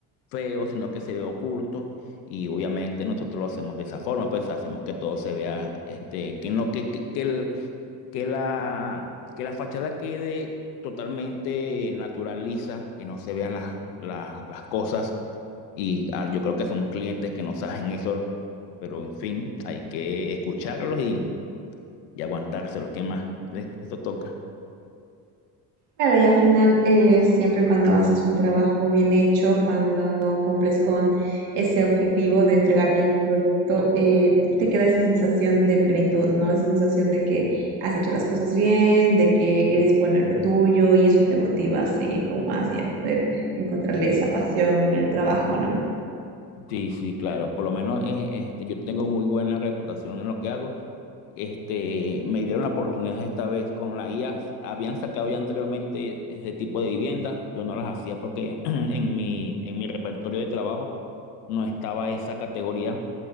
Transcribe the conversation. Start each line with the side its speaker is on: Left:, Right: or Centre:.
Left: feo, sino que se vea oculto. Y obviamente nosotros lo hacemos de esa forma, pues hacemos que todo se vea, este, que, no, que, que, que el- que la, que la fachada quede totalmente natural, lisa, que no se vean las, las, las cosas. Y ah, yo creo que son clientes que no saben eso, pero en fin, hay que escucharlos y, y aguantárselos, ¿qué más? Esto toca.
Right: Claro, y al final, eh, siempre cuando haces un trabajo bien hecho, cuando cumples con ese objetivo de entregar bien un producto, eh, te queda esa sensación de plenitud, ¿no? Esa sensación de que has hecho las cosas bien, de que eres bueno en lo tuyo y eso te motiva a seguir con más y a poder encontrarle esa pasión en el trabajo, ¿no?
Left: Sí, sí, claro. Por lo menos eh, este, yo tengo muy buena reputación en lo que hago. Este, me dieron la oportunidad esta vez con la IA. Habían sacado ya anteriormente ese tipo de viviendas. Yo no las hacía porque <clears throat> en mi, en mi repertorio de trabajo no estaba esa categoría.